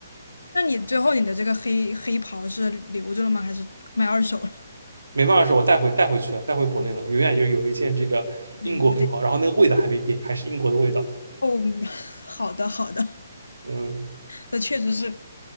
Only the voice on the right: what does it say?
没办法，说我带回带回去了，带回国内了，永远就有一件这个英国黑袍，
然后那个味道还没变，还是英国的味道，
嗯